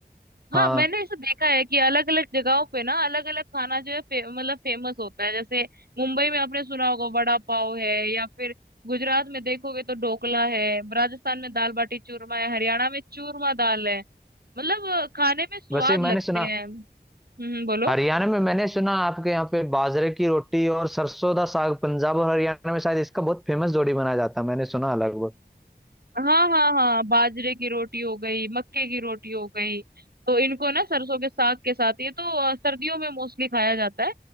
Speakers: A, on the right; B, in the centre.
A: हाँ
B: हाँ
A: मैंने ऐसा देखा है कि अलग अलग जगहों पे ना अलग अलग खाना जो है फे, मतलब फेमस होता है जैसे मुंबई में आपने सुना होगा वड़ा पाव है या फिर गुजरात में देखोगे तो ढोकला है राजस्थान में दाल बाटी चूरमा है हरियाणा में चूरमा दाल है मतलब अ, खाने में स्वाद
B: वैसे मैंने
A: लगते
B: सुना
A: हैं हम्म बोलो
B: हरियाणा में मैंने सुना आपके यहाँ पे बाजरे की रोटी और सरसों का साग पंजाब और हरियाणा में शायद इसका बहुत फेमस जोड़ी बनाया जाता है मैंने सुना लगभग
A: हाँ हाँ हाँ बाजरे की रोटी हो गई मक्के की रोटी हो गई तो इनको ना सरसों के साग के साथ ये तो अ, सर्दियों में मोस्टली खाया जाता है